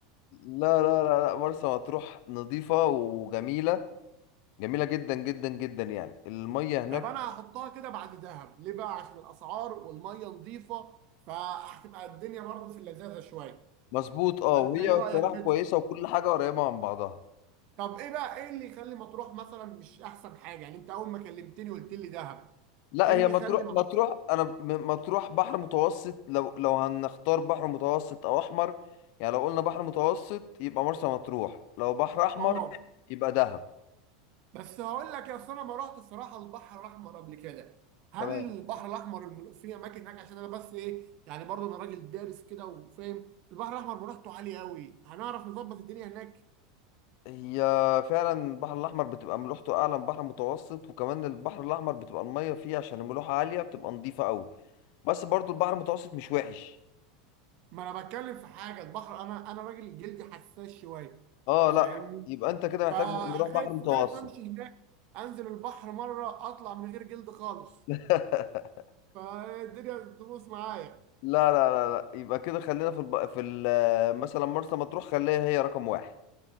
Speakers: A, on the left; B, on the right.
A: لا لا لا لا، مرسى مطروح نظيفة وجميلة جميلة جدا جدا جدا يعني المية
B: <laughs>
A: هناك
B: طب انا هحطها كده بعد دهب ليه بقى عشان الاسعار والميه نظيفه فهتبقى الدنيا برضو في اللذاذه شويه
A: مظبوط اه
B: فانت
A: وهي
B: ايه
A: الصراحة
B: رايك كده
A: كويسة وكل حاجة قريبة من بعضها
B: طب ايه بقى ايه اللي يخلي مطروح مثلا مش احسن حاجه يعني انت اول ما كلمتني قلت لي دهب
A: لا
B: ايه
A: هي
B: اللي
A: مطروح
B: يخلي معاك
A: مطروح انا م- مطروح بحر متوسط لو لو هنختار بحر متوسط او احمر يعني لو قلنا بحر متوسط يبقى مرسى مطروح لو بحر احمر
B: اه
A: يبقى دهب
B: بس هقول لك يا أصل انا ما رحت الصراحه البحر الاحمر قبل كده هل
A: تمام
B: البحر الاحمر الم- في اماكن هناك عشان انا بس ايه يعني برضه انا راجل دارس كده وفاهم البحر الاحمر مريحته عاليه قوي هنعرف نظبط الدنيا هناك
A: هي فعلا البحر الاحمر بتبقى ملوحته اعلى من بحر متوسط وكمان البحر الاحمر بتبقى المية فيه عشان الملوحة عالية بتبقى نظيفة قوي بس برضو البحر المتوسط مش وحش
B: ما انا بتكلم في حاجه البحر انا انا راجل جلدي حساس شويه
A: اه
B: أنت
A: لا
B: فاهمني
A: يبقى انت كده
B: فخايف
A: محتاج نروح بحر متوسط
B: خايف امشي هناك انزل البحر مره اطلع من غير جلد خالص
A: <laughs>
B: فالدنيا بتبوظ معايا
A: لا لا لا لا يبقى كده خلينا في الب... في ال... مثلا مرسى مطروح خليها هي رقم واحد